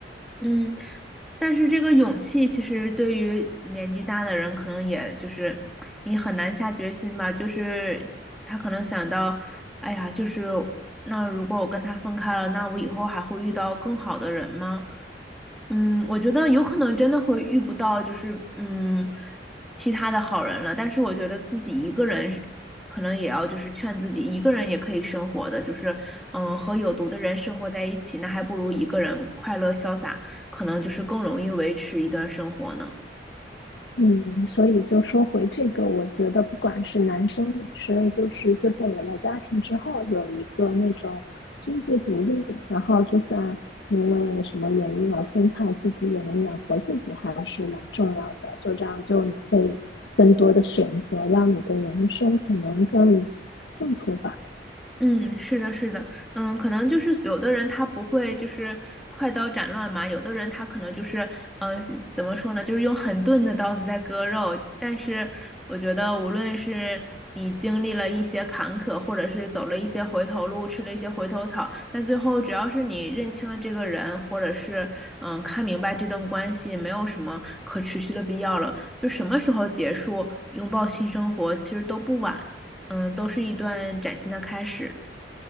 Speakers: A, in the centre; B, on the left (about 80°).
A: 嗯，但是这个勇气，其实对于年纪大的人，可能也就是你很难下决心吧。就是他可能想到，哎呀，就是那如果我跟他分开了，那我以后还会遇到更好的人吗？嗯，我觉得有可能真的会遇不到，就是嗯，其他的好人了。但是我觉得自己一个人是，可能也要就是劝自己，一个人也可以生活的，就是嗯，和有毒的人生活在一起，那还不如一个人快乐潇洒。可能就是更容易维持一段生活呢？
B: 嗯，所以就说回这个，我觉得不管是男生女生，就是就算有了家庭之后，有一个那种经济独立，然后就算因为什么原因而分开，自己也能养活自己，还是蛮重要的。就这样，就你会更多的选择，让你的人生可能更幸福吧。
A: 嗯，是的，是的，嗯，可能就是有的人他不会就是快刀斩乱麻，有的人他可能就是，嗯，怎么说呢，就是用很钝的刀子在割肉。但是我觉得，无论是你经历了一些坎坷，或者是走了一些回头路，吃了一些回头草，但最后只要是你认清了这个人，或者是嗯看明白这段关系没有什么可持续的必要了，就什么时候结束，拥抱新生活，其实都不晚，嗯，都是一段崭新的开始。